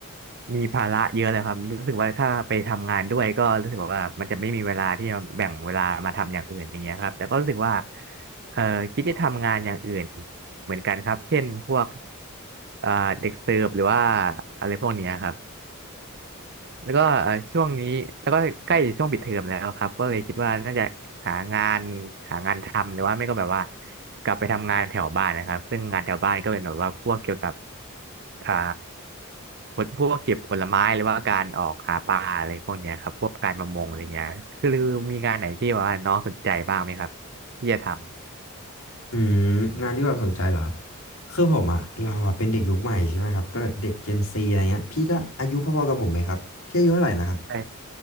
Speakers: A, on the right (about 50°); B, on the left (about 65°).
A: มีภาระเยอะเลยครับรู้สึกว่าถ้าไปทำงานด้วยก็รู้สึกว่ามันจะไม่มีเวลาที่จะแบ่งเวลามาทำอย่างอื่นอย่างเงี้ยครับแต่ก็รู้สึกว่าเออคิดจะทำงานอย่างอื่นเหมือนกันครับเช่นพวกเอ่อเด็กเสิร์ฟหรือว่าอะไรพวกเนี้ยครับ แล้วก็เอ่อช่วงนี้แล้วก็ใกล้ช่วงปิดเทอมแล้วครับก็เลยคิดว่าน่าจะหางานหางานทำหรือว่าไม่ก็แบบว่ากลับไปทำงานแถวบ้านนะครับซึ่งงานแถวบ้านก็เป็นแบบว่าพวกเกี่ยวกับอ่าพวกพวกเก็บผลไม้หรือว่าการออกหาปลาอะไรพวกเนี้ยครับพวกการประมงอะไรเงี้ยคือมีงานไหนที่แบบว่าน้องสนใจบ้างไหมครับที่จะทำ
B: อืมงานที่แบบสนใจเหรอครับคือผมอ่ะเราอะเป็นเด็กยุคใหม่ใช่ไหมครับก็แบบเด็ก Gen Z อะไรเงี้ยพี่ก็อายุพอๆกับผมไหมครับพี่อายุเท่าไหร่นะครับ
A: ใช่